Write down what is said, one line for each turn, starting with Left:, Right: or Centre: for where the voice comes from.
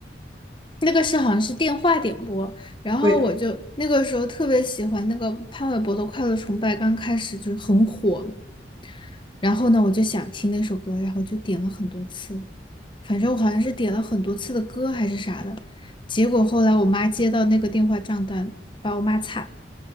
Left: 那个是好像是电话点播，然后我就那个时候特别喜欢那个潘玮柏的《快乐崇拜》，
Right: <laughs> 对对，
Left: 刚开始就是很火嘛，然后呢，我就想听那首歌，然后就点了很多次，反正我好像是点了很多次的歌还是啥的。结果后来我妈接到那个电话账单，把我骂惨